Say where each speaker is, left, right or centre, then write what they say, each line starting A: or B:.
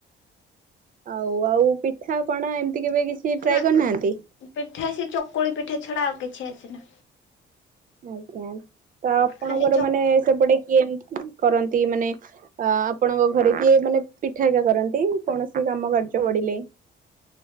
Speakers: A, on the right; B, on the left.
A: ଆଉ ଆଉ ପିଠା ପଣା ଏମିତି କେବେ କିଛି ଟ୍ରାଏ
B: ନା
A: କରିନାହାନ୍ତି?
B: ପିଠା ସେ ଚକୁଳି ପିଠା ଛଡା ଆଉ କିଛି ଆସେନା।
A: ଆଜ୍ଞା। ତ ଆପଣଙ୍କର
B: ଖାଲି ଚକୁଳି।
A: ମାନେ ସେପଟେ କିଏ କରନ୍ତି ମାନେ ଅ ଆପଣଙ୍କ ଘରେ କିଏ ମାନେ ପିଠାକା କରନ୍ତି କୌଣସି କାମ କାର୍ଯ୍ୟ ବଡିଲେ?